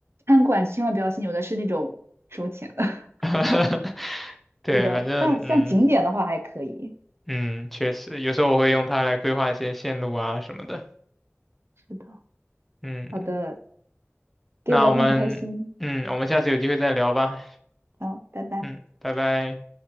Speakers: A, on the right (about 60°); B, in the centre.
A: 餐馆千万不要信，有的是那种收钱的。<laughs>
B: <laughs> 对，
A: 是的，
B: 反正嗯
A: 像像景点的话还可以。
B: 嗯，确实，有时候我会用它来规划一些线路啊什么的。
A: 是的，
B: 嗯，
A: 好的，跟你聊天很开心，
B: 那我们嗯，我们下次有机会再聊吧。
A: 好，拜拜。
B: 嗯，拜拜。